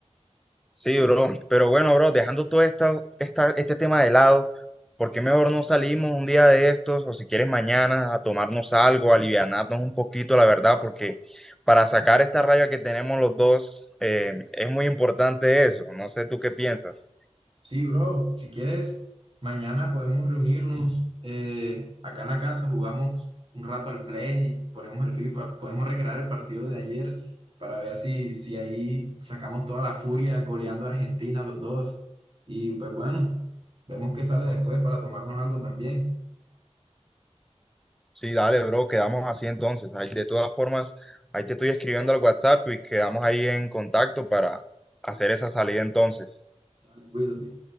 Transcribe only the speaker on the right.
Sí, bro, si quieres, mañana podemos reunirnos eh, acá en la casa, jugamos un rato al Play, ponemos el FIFA, podemos recrear el partido de ayer para ver si, si ahí sacamos toda la furia goleando a Argentina los dos. Y pues bueno, vemos qué sale después para tomarnos algo también.
Dale, cuídate.